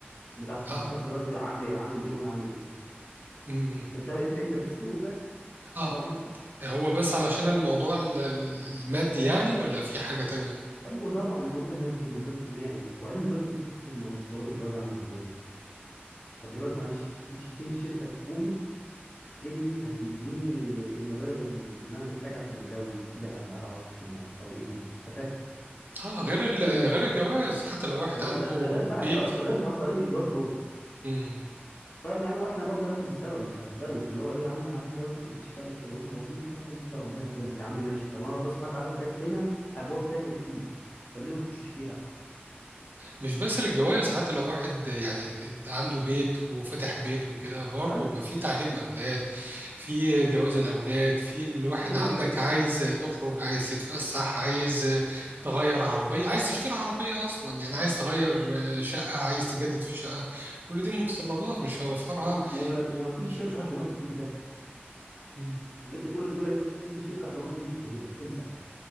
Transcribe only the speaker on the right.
اه
امم إمم.
اه
هو
بس علشان الموضوع ال- ال- المادي يعني ولا في حاجة تانية
اه غير ال-
غير الجواز
حتى لو واحد
عنده
بيت
إمم.
مش بس للجواز حتى لو واحد يعني اللي عنده بيت وفتح بيت وكده برضه
ما في تعليم أولاد في جواز الأولاد في الواحد
عندك
عايز تخرج عايز تتفسح عايز تغير عربية عايز تشتري عربية أصلا يعني عايز تغير شقة عايز تجدد في شقة كل دي متطلبات مش هيوفرها
شو
شغلها
مم.